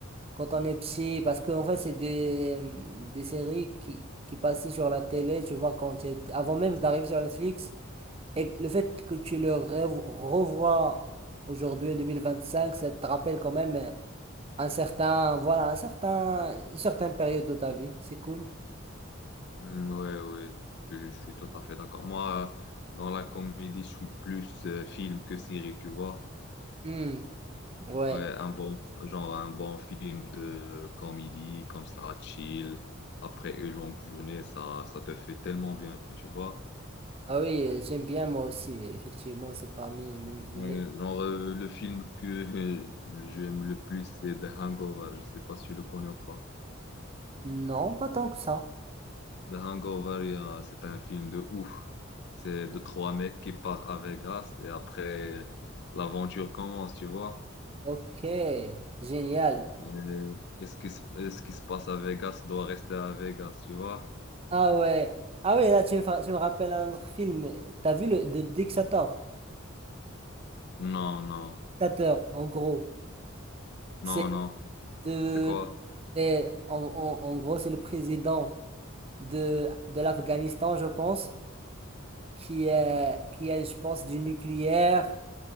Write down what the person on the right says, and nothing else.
Quand on est petit, parce qu'en fait, c'est des, des séries qui, qui passaient sur la télé, tu vois, quand j'étais- avant même d'arriver sur Netflix. Et le fait que tu le rev- revois aujourd'hui, en 2025, ça te rappelle quand même euh, un certain, voilà, un certain, une certaine période de ta vie. C'est cool.
Hmm, ouais.
Ah oui, euh, j'aime bien moi aussi. Effectivement, c'est parmi les me- les
me-
Non, pas tant que ça.
Ok, génial.
Ah ouais. Ah ouais, là, tu me, fa- tu me rappelles un autre film. T'as vu le de dictator,
dictateur, en gros.
C'est
de,
c'est- en, en- en gros, c'est le président de, de l'Afghanistan, je pense, qui est, qui est, je pense, du nucléaire